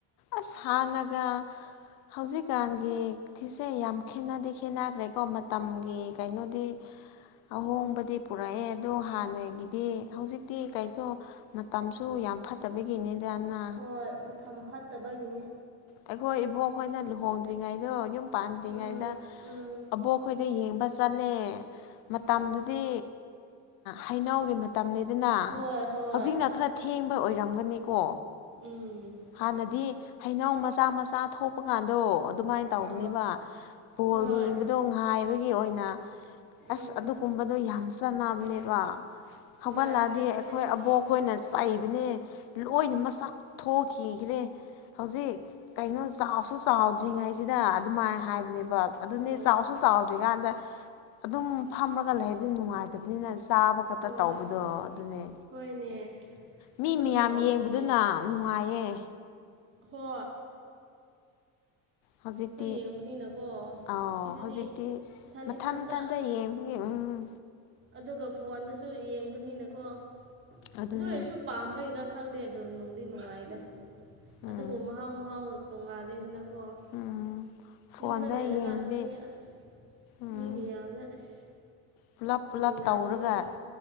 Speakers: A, on the left; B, on the right.
A: ꯑꯁ ꯍꯥꯟꯅꯒ ꯍꯧꯖꯤꯛꯀꯥꯟꯒꯤ ꯁꯤꯤꯁꯦ ꯌꯥꯝ ꯈꯦꯠꯅꯗꯤ ꯈꯦꯠꯅꯈ꯭ꯔꯦꯀꯣ ꯃꯇꯝꯒꯤ ꯀꯩꯅꯣꯗꯤ ꯑꯍꯣꯡꯕꯗꯤ ꯄꯨꯔꯛꯑꯦ ꯑꯗꯣ ꯍꯥꯟꯅꯒꯤꯗꯤ ꯍꯧꯖꯤꯛꯇꯤ ꯀꯩꯁꯨ ꯃꯇꯝꯁꯨ ꯌꯥꯝ ꯐꯠꯇꯕꯒꯤꯅꯤꯗ ꯑꯅ
B: ꯍꯣꯏ ꯃꯇꯝ ꯐꯠꯇꯕꯒꯤꯅꯦ
A: ꯑꯩꯈꯣꯏ ꯏꯕꯣꯛ ꯑꯩꯈꯣꯏꯅ ꯂꯨꯍꯣꯡꯗ꯭ꯔꯤꯉꯩꯗꯣ ꯌꯨꯝ ꯄꯥꯟꯗ꯭ꯔꯤꯉꯩꯗ
B: ꯎꯝ ꯎꯝ
A: ꯑꯕꯣꯛ ꯑꯩꯈꯣꯏꯗ ꯌꯦꯡꯕ ꯆꯠꯂꯦ ꯃꯇꯝꯗꯨꯗꯤ
B: ꯑ
A: ꯍꯩꯅꯎꯒꯤ ꯃꯇꯝꯅꯤ ꯑꯗꯨꯅ
B: ꯍꯣꯏ ꯍꯣꯏ
A: ꯍꯧꯖꯤꯛꯅ ꯈꯔ ꯊꯦꯡꯕ ꯑꯣꯏꯔꯝꯒꯅꯤꯀꯣ
B: ꯎꯝ
A: ꯍꯥꯟꯅꯗꯤ ꯍꯩꯅꯧ ꯃꯆꯥ ꯃꯆꯥ ꯊꯣꯛꯄ ꯀꯥꯟꯗꯣ ꯑꯗꯨꯃꯥꯏꯅ ꯇꯧꯕꯅꯦꯕ
B: ꯑ
A: ꯕꯣꯜ
B: ꯍꯣꯏ
A: ꯌꯦꯡꯕꯗꯣ ꯉꯥꯏꯕꯒꯤ ꯑꯣꯏꯅ
B: ꯎꯝ
A: ꯑꯁ ꯑꯗꯨꯒꯨꯝꯕꯗꯣ ꯌꯥꯝ ꯆꯥꯟꯅꯕꯅꯦꯕ ꯍꯧꯒꯠꯂꯛꯑꯗꯤ
B: ꯍꯣꯏ ꯍꯟꯗꯛꯁꯦ
A: ꯑꯩꯈꯣꯏ ꯑꯕꯣꯛ ꯑꯩꯈꯣꯏꯅ ꯆꯥꯏꯕꯅꯦ ꯂꯣꯏꯅ ꯃꯁꯥꯛ ꯊꯣꯛꯈꯤꯈ꯭ꯔꯦ ꯍꯧꯖꯤꯛ ꯀꯩꯅꯣ ꯆꯥꯎꯁꯨ ꯆꯥꯎꯗ꯭ꯔꯤꯉꯥꯏꯁꯤꯗ ꯑꯗꯨꯃꯥꯏꯅ ꯍꯥꯏꯕꯅꯦꯕ ꯕ ꯑꯗꯨꯅꯦ
B: ꯑꯣ
A: ꯆꯥꯎꯁꯨ ꯆꯥꯎꯗ꯭ꯔꯤꯀꯥꯟꯗ ꯑꯗꯨꯝ ꯐꯝꯃꯒ ꯂꯩꯕꯗꯤ ꯅꯨꯡꯉꯥꯏꯇꯕꯅꯤꯅ ꯆꯥꯕ ꯈꯛꯇ
B: ꯍꯣꯏ
A: ꯇꯧꯕꯗꯣ ꯑꯗꯨꯅꯦ
B: ꯍꯣꯏꯅꯦ
A: ꯃꯤ
B: ꯑꯩꯈꯣꯏꯁꯨ
A: ꯃꯌꯥꯝ
B: ꯇꯧꯕꯅꯤꯅꯦ
A: ꯌꯦꯡꯕꯗꯨꯅ ꯃꯌꯦ
B: ꯍꯣ
A: ꯍꯧꯖꯤꯛꯇꯤ
B: ꯌꯦꯡꯕꯅꯤꯅꯀꯣ
A: ꯑꯥꯎ
B: ꯑꯁꯤꯗꯗꯤ
A: ꯍꯧꯖꯤꯛꯇꯤ
B: ꯏꯊꯟ
A: ꯃꯊꯪ
B: ꯏꯊꯟꯇ
A: ꯃꯊꯪꯇ ꯌꯦꯡꯕ ꯎꯝ
B: ꯑꯗꯨꯒ ꯐꯣꯟꯗꯁꯨ ꯌꯦꯡꯕꯅꯤꯅꯀꯣ
A: ꯑꯗꯨꯅꯦ
B: ꯑꯗꯨ ꯑꯣꯏꯔꯁꯨ ꯄꯥꯝꯕꯩꯔꯥ ꯈꯪꯗꯦ ꯑꯗꯨꯝ ꯅꯨꯡꯗꯤ ꯅꯨꯡꯉꯥꯏꯗ
A: ꯎꯝ
B: ꯑꯗꯨꯕꯨ ꯃꯍꯥꯎ ꯃꯍꯥꯎ ꯇꯣꯡꯉꯥꯂꯦꯗꯅꯀꯣ
A: ꯎꯝ ꯐꯣꯟꯗ
B: ꯌꯨꯝꯗ ꯂꯩꯔꯀꯥꯟꯗꯗꯤ
A: ꯌꯦꯡꯕꯗꯤ
B: ꯑꯁ
A: ꯎꯝ
B: ꯃꯤ ꯃꯤꯌꯥꯝꯅ ꯑꯁ
A: ꯄꯨꯂꯞ
B: ꯌꯦꯡꯃꯤꯟꯅꯕꯅꯤꯅ
A: ꯄꯨꯂꯞ ꯇꯧꯔꯒ